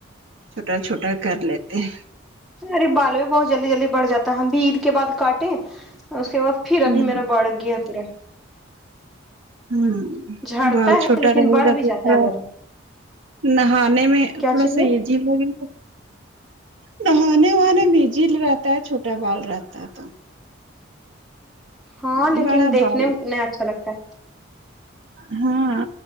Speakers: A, on the right; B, in the centre.
A: چھوٹا چھوٹا کر لیتے ہیں
B: تمھارے بال بھی بہت جلدی جلدی بڑھ جاتا ہم بھی عید کے بعد کاٹے اس کے بعد پھر
A: ہیں
B: ابھی
A: ہ
B: میرا بڑھ گیاہے پورے
A: ہم
B: جھڑتا
A: بال
B: ہے
A: چھوٹا
B: لیکن
A: رہے
B: بڑھ
A: گا
B: بھی
A: تو
B: جاتا
A: تھوڑا
B: ہے بالوں
A: نہانے میں
B: کیا
A: تھوڑا
B: چاہیے
A: سا یہ جیل لگے نہانے وہان مجل رہتا ہے چھوٹا بال رہتا تھا
B: ہاں
A: تو
B: لیکن
A: بڑا
B: دیکھنے
A: بال
B: مے اچھا لگتا ہے
A: ہاں